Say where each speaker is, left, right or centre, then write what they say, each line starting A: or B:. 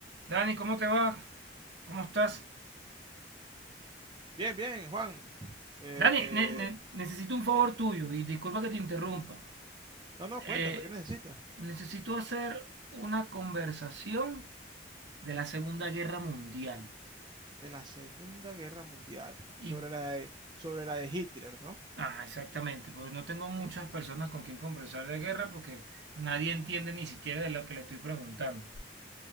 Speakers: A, on the right; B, on the right.
A: Dani, ¿cómo te va? ¿Cómo estás?
B: Bien, bien, Juan. Eh,
A: Dani, ne- ne- necesito un favor tuyo y disculpa que te interrumpa.
B: no, no,
A: Eh,
B: cuéntame, ¿qué necesitas?
A: necesito hacer una conversación de la Segunda Guerra Mundial.
B: De la Segunda Guerra Mundial,
A: Y,
B: sobre la de, sobre la de Hitler, ¿no?
A: ah, exactamente, porque no tengo muchas
B: ¿Mm?
A: personas con quien conversar de guerra porque nadie entiende ni siquiera de lo que le estoy preguntando.